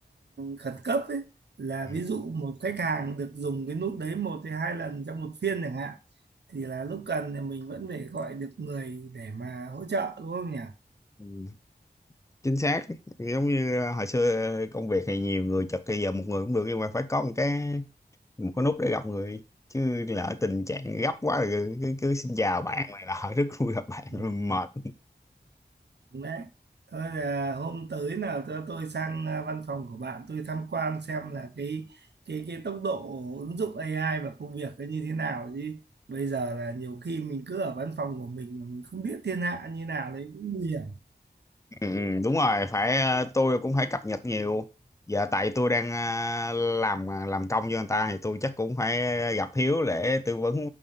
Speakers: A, on the right; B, on the left.
A: khẩn cấp ấy là
B: Ừ.
A: ví dụ một khách hàng được dùng cái nút đấy một hay hai lần trong một phiên chẳng hạn thì là lúc cần thì mình vẫn phải gọi được người để mà hỗ trợ đúng không nhỉ?
B: Ừ, chính xác giống như ờ, hồi xưa công việc thì nhiều người chật bây giờ một người cũng được nhưng mà phải có một cái một cái nút để gặp người chứ lỡ tình trạng gấp quá rồi cứ, cứ xin chào bạn này là <laughs> rất vui gặp bạn
A: Ừ.
B: rồi mệt
A: Đấy. Thôi là hôm tới nào cho tôi sang à, văn phòng của bạn tôi tham quan xem là cái cái cái tốc độ ứng dụng AI vào công việc nó như thế nào chứ. Bây giờ là nhiều khi mình cứ ở văn phòng của mình mà mình không biết thiên hạ như nào đấy cũng nguy hiểm.
B: Ừ, ừ, đúng rồi phải ờ, tôi cũng phải cập nhật nhiều giờ tại tôi đang ờ, làm ờ, làm công cho người ta thì tôi chắc cũng phải gặp Hiếu để tư vấn